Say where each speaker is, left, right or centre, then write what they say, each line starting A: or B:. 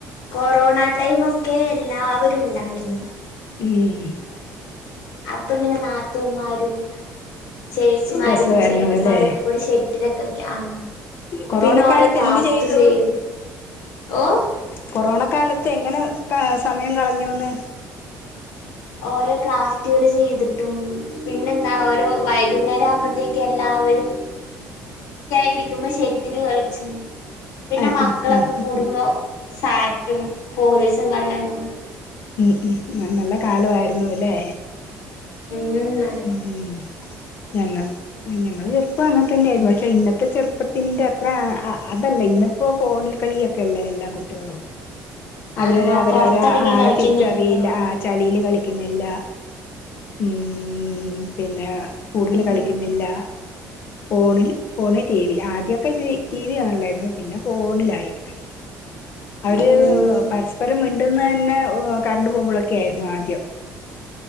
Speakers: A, on the left (about 85°); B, on the left (about 40°).
A: കൊറോണ ടൈംമൊക്കെ എല്ലാവരും ഇണ്ടായിരുന്നു.
B: ഹ്മ്മ്
A: അപ്പങ്ങനെ നാ ത്തൂന്മാരും, ചേച്ചിമാരും,
B: രസമായിരുന്നു
A: ചേട്ടന്മാരും
B: അല്ലേ
A: ഒക്കെ പോയി ഷെഡിലളിക്ക ആഹ്
B: കൊറോണ
A: പിന്നെ ഓരോ
B: കാലത്ത്
A: ക്രാഫ്റ്റ്
B: എന്ത് ചെയ്തു
A: ചെയ്യല്, ഓഹ്
B: കൊറോണ കാലത്ത് എങ്ങനെ ക സമയം കളഞ്ഞൂന്
A: ഓരോ ക്രാഫ്റ്റുകള് ചെയ്തിട്ടും പിന്നെന്താ ഒര് വൈകുന്നേരവുമ്പത്തേക്കും എല്ലാവരും ഇരിക്കുമ്പോൾ ഷെട്ടില് കളിച്ചും പിന്നെ
B: ആഹ്
A: മക്കളൊക്കെ
B: ആഹ് ഉം
A: കൂടുമ്പോ സാറ്റും പോലീസും കള്ളനും
B: ഹ്മ്മ്, ഹ്മ്മ്, ഹ്മ്മ് നല്ല കാലവായിരുന്നുല്ലേ
A: ഉം അതെ
B: ഹ്മ്മ് ഞങ്ങക്ക് ഞങ്ങളെ ചെറുപ്പം അങ്ങനെ തന്നെയായിരുന്നു പക്ഷെ ഇന്നത്തെ ചെറുപ്പത്തിന്റെ അത്ര അ അതല്ല ഇന്ന ഇപ്പോൾ ഫോണിൽ കളിയൊക്കെ അല്ലേ എല്ലാ കുട്ടിയളും അവരവരെ
A: ആഹ്
B: അവരവരെ
A: പൊറത്തിറങ്ങി
B: ആ ആഹ്
A: കളിക്കുന്നില്ലല്ലോ
B: തിരിച്ചറിയില്ല ആ ചലിയില് കളിക്കുന്നില്ല ഹ്മ്മ് പിന്നെ പൂളില്
A: ഉം
B: കളിക്കുന്നില്ല ഫോണില് ഫോണ്, ടി. വി ആദ്യയൊക്കെ ടി ടി. വി കാണലായിരുന്നു പിന്നെ ഫോണിലായി കളി അവര്
A: ഉം
B: പരസ്പരം മിണ്ടുന്നന്നെ ആഹ് കറണ്ട് പോവുമ്പോഴൊക്കെ ആയിരുന്നു ആദ്യം